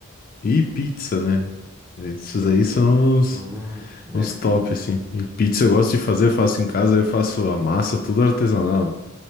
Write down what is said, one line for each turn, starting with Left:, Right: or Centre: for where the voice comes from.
Left: e pizza, né? Esses aí são os,
Centre: Hum,
Left: os
Centre: é pizza.
Left: top, assim. E pizza eu gosto de fazer, eu faço em casa, eu faço a massa, tudo artesanal, né?